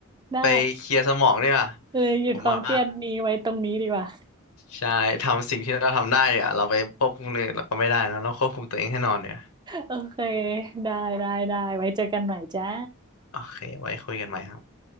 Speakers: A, on the right; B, on the left.
A: ได้
B: ไปเคลียร์สมองดีกว่า
A: เลยหยุดความเครียดนี้ไว้ตรงนี้ดีกว่า
B: ผมว่าใช่ทำสิ่งที่เราทำได้ดีกว่าเราไปควบคุมคนอื่นเราก็ไม่ได้เนอะเราควบคุมตัวเองให้นอนเนี่ย
A: โอเคได้ได้ได้ไว้เจอกันใหม่จ้า
B: โอเคไว้คุยกันใหม่ครับ